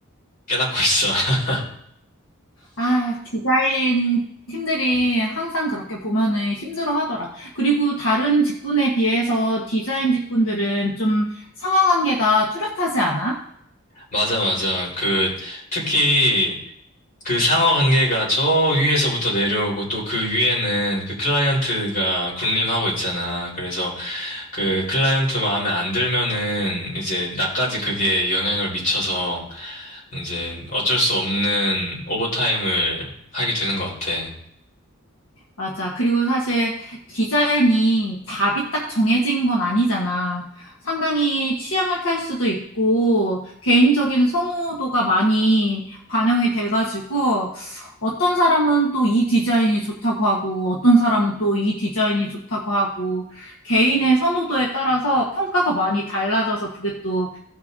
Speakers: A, on the left (about 40°); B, on the left (about 70°).
A: 깨닫고 있어. <laughs>
B: 아, 디자인 팀들이 항상 그렇게 보면은 힘들어 하더라. 그리고 다른 직군에 비해서 디자인 직군들은 좀 상하 관계가 뚜렷하지 않아?
A: 맞아, 맞아. 그, 특히, 그 상하 관계가 저 위에서부터 내려오고 또 그 위에는 그 클라이언트가 군림하고 있잖아. 그래서 그 클라이언트 마음에 안 들면은 이제 나까지 그게 영향을 미쳐서 이제 어쩔 수 없는 오버타임을 하게 되는 것 같아.
B: 맞아. 그리고 사실 디자인이 답이 딱 정해진 건 아니잖아. 상당히 취향을 탈 수도 있고, 개인적인 선호도가 많이 반영이 돼가지고, 어떤 사람은 또 이 디자인이 좋다고 하고, 어떤 사람은 또 이 디자인이 좋다고 하고, 개인의 선호도에 따라서 평가가 많이 달라져서 그게 또